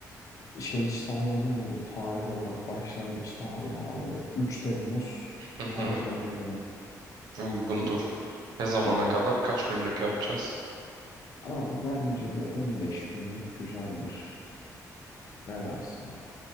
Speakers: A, on the left; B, on the right.
A: şey hiç sana uygun mudur tarih olarak başlangıç tarihi abi. 3 Temmuz
B: Hı hı,
A: Perşembe günü.
B: uygundur.
A: İyi gelir.
B: Ne zamana
A: İyi.
B: kadar? Kaç günlük yapacağız?
A: Abi bence bir 15 günlük güzeldir. Ne dersin?